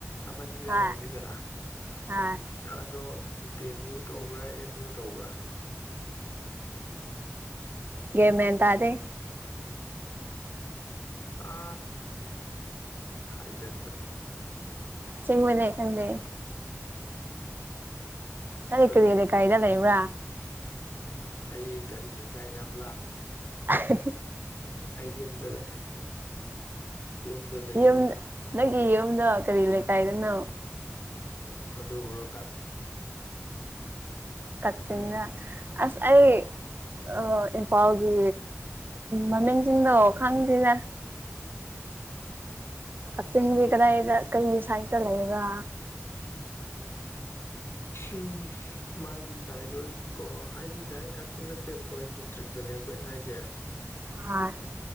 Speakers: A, on the left; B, on the right.
A: ꯑꯃꯗꯤ ꯂꯩꯔꯝꯒꯅꯤꯗꯔ
B: ꯍꯣꯏ ꯍꯣꯏ
A: ꯑꯗꯣ ꯗꯤ ꯑꯦꯝ ꯌꯨ ꯇꯧꯕ꯭ꯔꯥ ꯑꯦꯝ ꯌꯨ ꯇꯧꯕ꯭ꯔꯥ
B: ꯑꯗꯨ ꯃꯦ ꯇ ꯑꯗꯦ
A: ꯑ ꯍꯥꯏꯖ
B: ꯁꯦꯡꯕꯅꯤ ꯈꯪꯗ ꯀꯔꯤ
A: ꯍꯨꯝ
B: ꯀꯔꯤ ꯌꯦ ꯂꯩꯀꯥꯏꯗ ꯂꯩꯕ꯭ꯔꯥ
A: ꯑꯩ ꯀꯔꯤ ꯂꯩꯀꯥꯏ ꯌꯥꯝ ꯂꯥꯞꯄꯦ
B: ꯍꯥ ꯍꯥ
A: ꯑꯩ ꯌꯨꯝꯗ ꯂꯩ ꯌꯨꯝꯗ ꯂꯩꯌꯦ
B: ꯌꯨꯝ ꯅꯪꯒꯤ ꯌꯨꯝꯗ ꯀꯔꯤ ꯂꯩꯀꯥꯏꯗꯅꯣ
A: ꯎꯝ ꯑꯗꯨꯕꯨ꯭ꯔꯣ
B: ꯀꯆꯤꯡꯗ ꯑꯁ ꯑꯩ
A: ꯎꯝ
B: ꯑ ꯏꯝꯐꯥꯜꯒꯤ ꯃꯃꯤꯡꯁꯤꯡꯗꯣ ꯈꯪꯗ꯭ꯔꯤꯅꯦ ꯀꯛꯆꯤꯡꯗꯤ ꯀꯗꯥꯏꯗ ꯀꯩ ꯁꯥꯠꯇ ꯂꯩꯕ
A: ꯎꯝ ꯃꯥꯒꯤ ꯅꯥꯏꯕꯔꯁꯦ ꯀꯣ ꯍꯥꯏꯗꯤ ꯗꯥꯏꯔꯦꯛ ꯀꯛꯆꯤꯡ ꯅꯠꯇꯦꯕꯀꯣ ꯑꯩ ꯗꯤꯁꯇ꯭ꯔꯤꯛꯇꯨꯅꯦ ꯑꯩꯈꯣꯏꯅ ꯍꯥꯏꯁꯦ
B: ꯑ